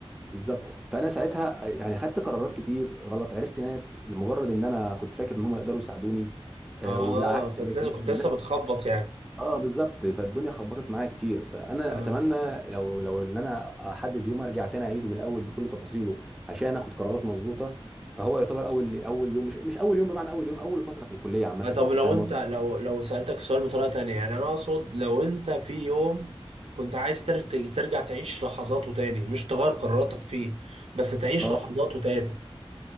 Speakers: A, in the centre; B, on the right.
A: بالظبط فانا ساعتها يعني خدت قرارات كتير غلط عرفت ناس لمجرد ان انا كنت فاكر ان هم يقدروا يساعدوني آه،
B: اه
A: وبالعكس
B: كنت
A: الناس
B: لازم
A: دي
B: كنت
A: والن-
B: لسه بتخبط يعني
A: اه بالظبط فالدنيا خبطت معايا كتير فانا
B: آه.
A: اتمنى لو لو ان انا احدد يوم ارجع تاني اعيده من الاول بكل تفاصيله عشان اخد قرارات مظبوطه فهو يعتبر اول اول يوم مش مش اول يوم بمعنى اول يوم اول فتره في الكليه عامه
B: لا، طب
A: يعني
B: لو
A: فاهم
B: انت
A: قصدي؟
B: لو لو سألتك السؤال بطريقة تانية يعني انا اقصد لو انت في يوم كنت عايز تر- ترجع تعيش لحظاته تاني مش تغير قراراتك فيه بس تعيش
A: اه
B: لحظاته تاني